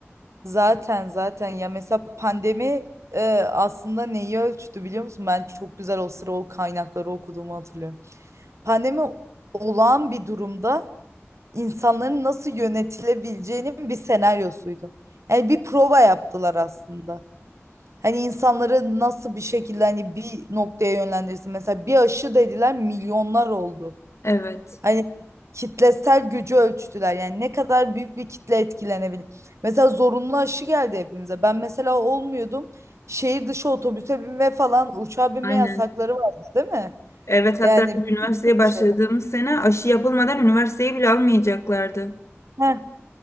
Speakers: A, on the right; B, on the left.
A: Zaten zaten ya mesela pandemi e, aslında neyi ölçtü biliyor musun? Ben çok güzel o sıra o kaynakları okuduğumu hatırlıyorum. Pandemi olağan bir durumda insanların nasıl yönetilebileceğinin bir senaryosuydu. Yani bir prova yaptılar aslında. Hani insanları nasıl bir şekilde hani bir noktaya yönlendirirsin. Mesela bir aşı dediler milyonlar oldu.
B: Evet.
A: Hani kitlesel gücü ölçtüler. Yani ne kadar büyük bir kitle etkilenebilir. Mesela zorunlu aşı geldi hepimize. Ben mesela olmuyordum. Şehir dışı otobüse binme falan uçağa binme
B: Aynen.
A: yasakları vardı değil mi?
B: Evet hatta
A: Yani
B: biz üniversiteye
A: bir sürü
B: başladığımız
A: şey.
B: sene aşı yapılmadan üniversiteyi bile almayacaklardı.
A: Heh.